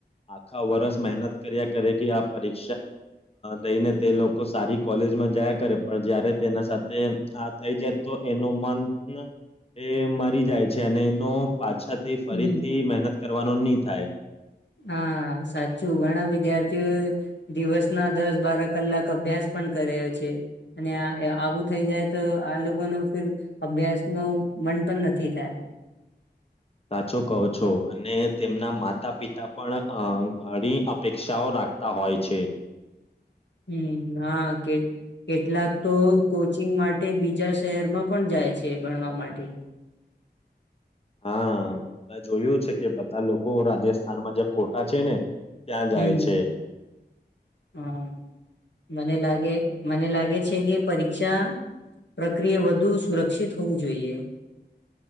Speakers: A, on the left (about 35°); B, on the left (about 85°).
A: આખા વર્ષ મહેનત કર્યા કરે કે આ પરીક્ષા. દઈને તે લોકો સારી કોલેજમાં જયા કરે પણ જયારે તેના સાથે આ થઈ જાય તો એનો મન એ મરી જાય છે અને એનો પાછા. થી ફરીથી
B: હમ
A: મહેનત. કરવાનો નહી થાય.
B: હા સાચું ઘણા વિદ્યાર્થીઓ દિવસ ના દસ બાર કલાક અભ્યાસ પણ કરે છે અને આવું થઈ જાય તો આ લોકો ન ફર અભ્યાસ ન મન પણ નથી થાય.
A: સાચો કહો છો અને તેમના માતા પિતા પણ અ ઘણી અપેક્ષાઓ રાખતા હોય છે.
B: હમ હા કે કેટલાક તો કોચિંગ માટે બીજા શહેરમાં પણ જાય છે ભણવા માટે.
A: હા મેં જોયું છે કે બધા લોકો રાજસ્થાનમાં જે કોટા છે ને. ત્યાં
B: હમ
A: જાય છે
B: હમ. <unintelligible> મને લાગે મને લાગે છે કે પરીક્ષા પ્રક્રિયા વધુ સુરક્ષિત હોવું જોઈએ.